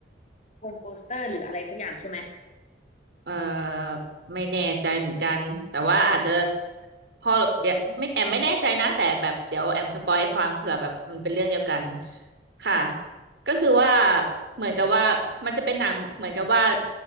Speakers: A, on the left; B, on the right.
A: บนโปสเตอร์หรืออะไรสักอย่างใช่ไหม
B: เอ่อไม่แน่ใจเหมือนกันแต่ว่าอาจจะพอเดี๋ยวไม่แอมไม่แน่ใจนะแต่แบบเดี๋ยวแอมสปอยให้ฟังเผื่อแบบมันเป็นเรื่องเดียวกันค่ะ
A: ค่ะ
B: ก็คือว่าเหมือนกับว่ามันจะเป็นหนังเหมือนกับว่า